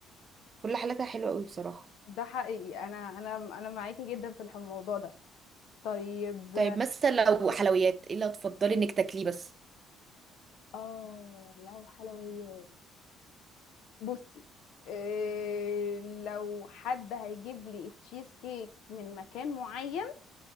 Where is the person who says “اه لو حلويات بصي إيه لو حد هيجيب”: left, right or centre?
Left